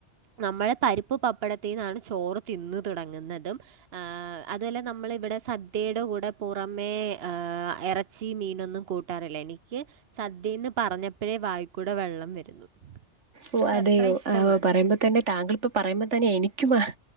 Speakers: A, on the right; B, on the right.
A: നമ്മൾ പരിപ്പ് പപ്പടത്തിൽ നിന്നാണ് ചോറ് തിന്ന് തുടങ്ങുന്നതും ആ അതുമല്ല നമ്മള് ഇവിടെ സ ദ്യയുടെ കൂടെ പുറമെ ആ ഇറച്ചി മീനൊന്നും കൂട്ടാറില്ല എനിക്ക് സദ്യ എന്ന് പറഞ്ഞപ്പോഴേ വായിൽകൂടി വെള്ളം വരുന്നു
B: ഓ
A: എനിക്ക്
B: അതെയോ
A: അത്ര ഇഷ്ടമാണ്
B: പറയുമ്പോ തന്നെ താങ്കളിപ്പൊ പറയുമ്പോൾ തന്നെ എനിക്കും ആഹ്